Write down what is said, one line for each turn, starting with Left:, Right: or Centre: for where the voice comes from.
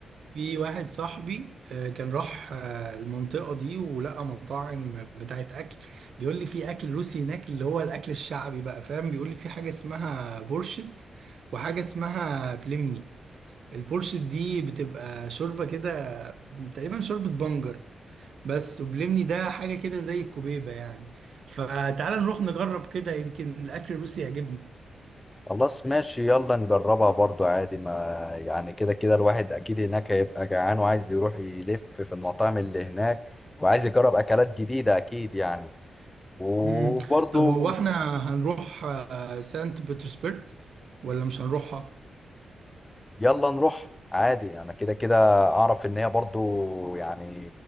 Right: في واحد صاحبي آه، كان راح آه، المنطقة دي ولقى مطاعم بتاعت أكل بيقول لي في أكل روسي هناك اللي هو الأكل الشعبي بقى فاهم بيقول لي في حاجة اسمها بورشت وحاجة اسمها بلمني البورشت دي بتبقى شوربة كده تقريبا شوربة بنجر بس وبلمني ده حاجة كده زي الكوبيبة يعني فتعال نروح نجرب كده يمكن الأكل الروسي يعجبنا
Left: خلاص ماشي يلا نجربها برضو عادي ما يعني كده كده الواحد اكيد هناك هيبقى جعان وعايز يروح يلف في المطاعم اللي هناك وعايز يجرب اكلات جديدة اكيد يعني وبرضو
Right: مم. طب هو احنا هنروح آه، سانت بطرسبرغ ولا مش هنروحها؟
Left: يلا نروح عادي انا كده كده اعرف ان هي برضو يعني